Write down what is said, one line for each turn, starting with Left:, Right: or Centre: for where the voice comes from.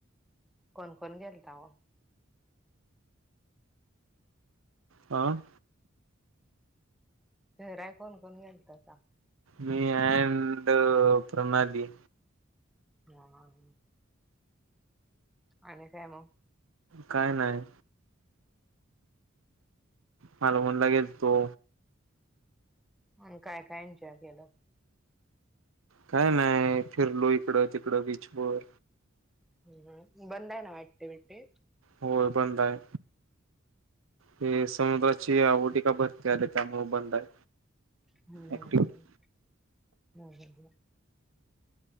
Centre: कोण कोण गेलता ओ?
Right: हं.
Centre: फिरायला कोण-कोण गेलता सां?
Right: मी अड प्रणाली.
Centre: ह. आणि काय मगं?
Right: काय नाही? मालवण ला गेलतो.
Centre: आणि काय काय एन्जॉय केलं?
Right: काय नाही फिरलो इकडं तिकडं बीचवर.
Centre: हम्म बंद आहे ना ऍक्टिविटी
Right: व्हय बंद आहे. ते समुद्राची आहोटी की भरती आली त्यामुळे बंद आहे.
Centre: हम्म
Right: ऍक्टिव्ह
Centre: हम्म <unintelligible>